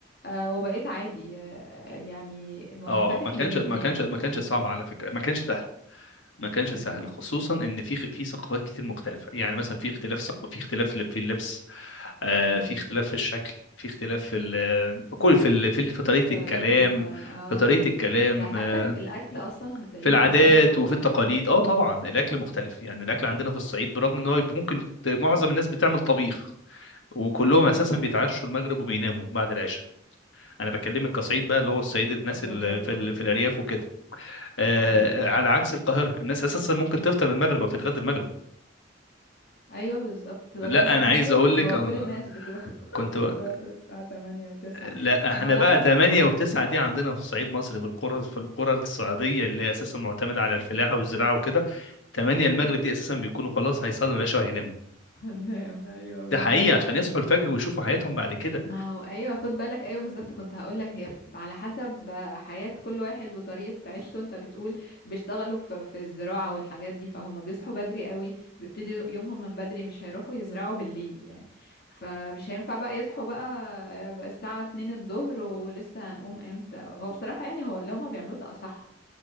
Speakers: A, on the left; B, on the left.
A: آه وبقيت عادي آه يعني منفتح
B: اه ما كانش
A: للاتنين
B: ما كانش ما
A: أنا
B: كانش صعب على فكره ما كانش سهل ما كانش
A: أيوة
B: سهل خصوصا ان في في ثقافات كتير مختلفه يعني مثلا في اختلاف ثق... في اختلاف في اللبس آه
A: أيوة
B: في اختلاف في الشكل في اختلاف في ال... في كل في ال... في في طريقه
A: طريقة
B: الكلام
A: اه
B: في طريقه الكلام
A: ده حتى
B: آه
A: ك- الأكل أصلا هتلاقيه
B: في العادات
A: مختلف
B: وفي
A: آه،
B: التقاليد اه طبعا الاكل مختلف يعني الاكل عندنا في الصعيد برغم ان هو يبقى ممكن ت- معظم الناس بتعمل طبيخ وكلهم
A: أيوه
B: اساسا بيتعشوا المغرب وبيناموا بعد العشاء انا بكلمك كصعيد بقى اللي هو الصعيد الناس
A: طب
B: اللي
A: ده حلو
B: في
A: والله
B: ال... في الارياف وكده آه،
A: أيوه
B: على عكس القاهره الناس اساسا ممكن تفطر المغرب او تتغدى المغرب
A: أيوه بالظبط تتغدى
B: لا
A: المغرب
B: انا عايز اقول لك
A: هو
B: أنا
A: كل الناس بتتغدى <laughs>
B: كنت بقى
A: بتتغدى الساعة تمانية وتسعة
B: لا احنا
A: ما هو لاحظ
B: بقى 8 و9 دي عندنا في صعيد مصر في القرى في القرى الصعيديه اللي هي اساسا معتمده على الفلاحه والزراعه وكده 8
A: أيوه
B: المغرب دي اساسا بيكونوا خلاص هيصلوا العشاء وهيناموا
A: هننام أيوه
B: ده
A: بالظبط
B: حقيقي عشان يصحوا الفجر ويشوفوا حياتهم بعد كده
A: ما هو ايوه خد بالك ايوه بالظبط كنت هقولك هي على حسب حياة كل واحد وطريقة عيشته انت بتقول بيشتغلوا في, في الزراعة والحاجات دي فهم بيصحوا بدري قوي بيبتدوا يومهم من بدري مش هيروحوا يزرعوا بالليل يعني فمش هينفع بقى يصحوا بقى, بقى الساعة 2 الظهر ولسه هنقوم امتى هو بصراحة يعني هو اللي هما بيعملوه ده اصح